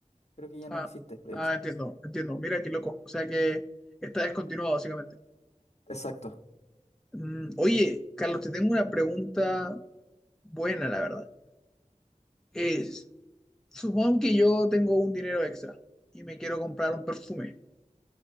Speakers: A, on the left; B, in the centre.
A: Creo que ya
B: Ah,
A: no existe, de
B: ah,
A: hecho.
B: entiendo, entiendo. Mira qué loco. O sea que está descontinuado, básicamente.
A: Exacto.
B: Mm, oye, Carlos, te tengo una pregunta buena, la verdad. Es, supón que yo tengo un dinero extra y me quiero comprar un perfume.